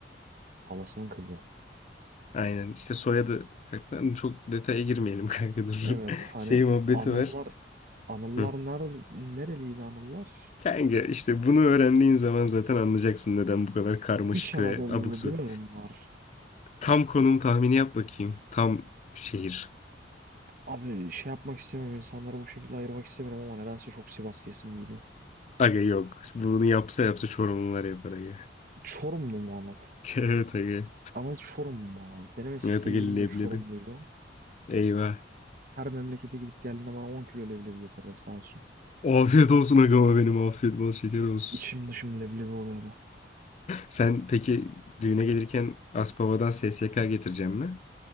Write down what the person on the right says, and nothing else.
halasının kızı.
Evet
hani
Anıllar
Anıllar
nerede nereliydi Anıllar?
İç Anadolu'lu
değil mi bunlar?
Abi şey yapmak istemiyorum insanları bu şekilde ayırmak istemiyorum ama nedense çok Sivas diyesim geliyor.
Çorumlu mu Anıl?
Anıl Çorumlu mu abi? Benim eski
sevgilim
de Çorumluydu.
Her memlekete gidip geldiğinde bana 10 kilo leblebi getirirdi sağ olsun.
İçim dışım leblebi oluyordu.